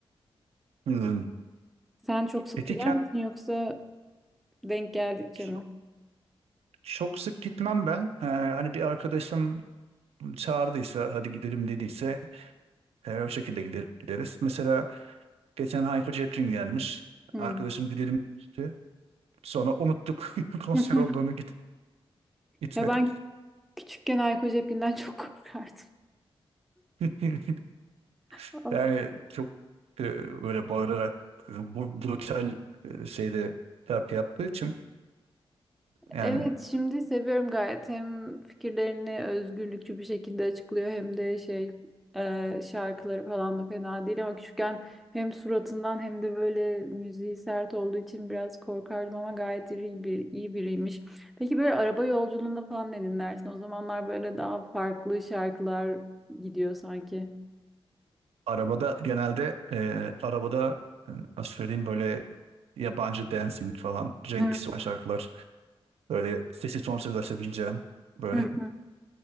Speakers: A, on the right; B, in the centre.
A: Hmm.
B: Sen çok sık
A: Peki
B: gider
A: kent
B: misin yoksa denk geldikçe
A: çok,
B: mi?
A: çok sık gitmem ben. Ee, hani bir arkadaşım çağırdıysa hadi gidelim dediyse e, o şekilde gider, gideriz. Mesela geçen Hayko Cepkin gelmiş.
B: Hmm.
A: Arkadaşım gidelim demişti. Sonra unuttuk <laughs> konser
B: <laughs>
A: olduğunu git, gitmedik.
B: Ya ben Küçükken alkol cepinden çok korkardım.
A: <laughs>
B: <laughs>
A: Yani çok e, böyle bağırarak e, bu brutal e, şeyde terapi yaptığı için yani
B: Evet, şimdi seviyorum gayet. Hem fikirlerini özgürlükçü bir şekilde açıklıyor hem de şey e, şarkıları falan da fena değil ama küçükken hem suratından hem de böyle müziği sert olduğu için biraz korkardım ama gayet iyi bir iyi biriymiş. Peki böyle araba yolculuğunda falan ne dinlersin? O zamanlar böyle daha farklı şarkılar gidiyor sanki.
A: Arabada genelde e, arabada e, nasıl söyleyeyim böyle yabancı dancing falan Cenkisi
B: Hı
A: olan şarkılar böyle sesi sonsuz açabileceğim böyle
B: hı. hı.